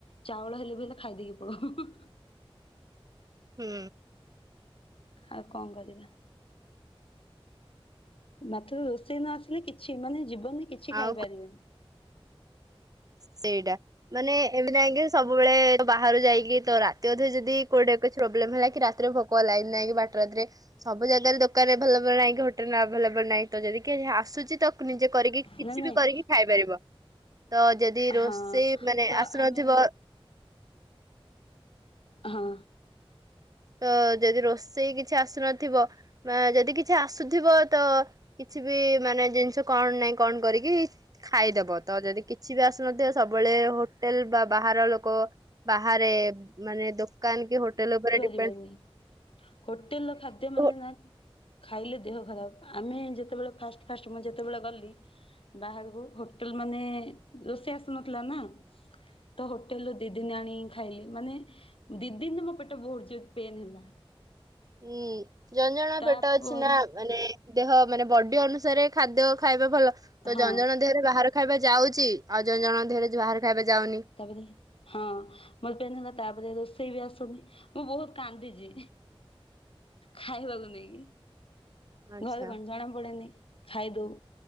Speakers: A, on the left; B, on the right.
A: ଚାଉଳ ହେଲେ ବି ହେଲେ ଖାଇଦେଇକି ପଳୋଉ।
B: ହୁଁ।
A: ଆଉ କଣ କରିବା? ମାଥୁ ରୋଷେଇ ନ ଆସିଲେ କିଛି ମାନେ ଯିବନ୍ କିଛି
B: ଆଉ
A: ଖାଇପାରିବେନି।
B: କ- ସେଇଟା। ମାନେ ଏମିତି ନାଇଁକି ସବୁବେଳେ ବାହାରୁ ଯାଇକି ତ ରାତି ଅଧରେ ଯଦି କୋଉଠି କିଛି ପ୍ରୋବ୍ଲେମ୍ ହେଲା କି ରାତିରେ ଭୋକ୍ କ ଲାଇନ୍ ନାଇଁ ବାଟ୍ରା ରାତିରେ? ସବୁ ଜାଗାରେ ଦୋକାନ ଏଭେଲେବଲ୍ ନାହିଁ କି ହୋଟେଲ୍ ଆଭଲେବଲ୍ ନାହିଁ ତ ଯଦି କି ଆସୁଚି ତ ନିଜେ କରିକି କିଛି
A: ନା ନାଇଁ।
B: ବି କରିକି ଖାଇପାରିବ। ତ ଯଦି ରୋଷେଇ
A: ହଁ
B: ମାନେ
A: ତ
B: ଆସୁନଥିବ
A: ଆମେ ହଁ।
B: ତ ଯଦି ରୋଷେଇ କିଛି ଆସୁନଥିବ ବା ଯଦି କିଛି ଆସୁଥିବ ତ କିଛି ବି ମାନେ ଜିନିଷ କଣ ନାହିଁ କଣ କରିକି ଖାଇଦବ। ତ ଯଦି କିଛି ବି ଆସୁନଥିବ ସବୁବେଳେ ହୋଟେଲ୍ ବା ବାହାର ଲୋକ ବାହାରେ ମାନେ ଦୋକାନ କି ହୋଟେଲ୍ ଉପରେ ଡିପ
A: କିଅନି। ହୋଟେଲ ର ଖାଦ୍ୟ ମାନେ
B: ହଁ
A: ନା ଖାଇଲେ ଦେହ ଖରାପ। ଆମେ ଯେତୋବେଳେ ଫାଷ୍ଟ ଫାଷ୍ଟ ମୁଁ ଯେତୋବେଳେ ଗଲି ବାହାରୁ କୁ ହୋଟେଲ୍ ମାନେ ରୋଷେଇ ଆସୁନଥିଲା ନା। ତ ହୋଟେଲୁ ଦି ଦିନ ଆଣିକି ଖାଇଲି। ମାନେ ଦି ଦିନ୍ ମୋ ପେଟ ବହୁତ୍ ଜୋର୍ ପେନ୍ ହେଲା।
B: ହୁଁ ଜଣ ଜଣଙ୍କ
A: ତାପରେ
B: ପେଟ ଅଛି ନା ମାନେ ଦେହ ମାନେ ବଡି ଅନୁସାରେ ଖାଦ୍ୟ ଖାଇବା ଭଲ। ତ
A: ହଁ
B: ଜଣ ଜଣ ଙ୍କ ଦେହରେ ବାହାର ଖାଇବା ଯାଉଚି। ଆଉ ଜଣ ଜଣ ଦେହରେ ଯୁ ବାହାର ଖାଇବା ଯାଉନି।
A: ତାପରେ ହଁ। ମୋର ପେନ୍ ହେଲା ତାପରେ ରୋଷେଇ ବି ଆସୁନି ମୁଁ ବହୁତ କାନ୍ଦିଚି ଖାଇବାକୁ ନେଇକି।
B: ଆଚ୍ଛା
A: ଘରେ କଣ ଜଣା ପଡେନି ଖାଇଦୋଉ।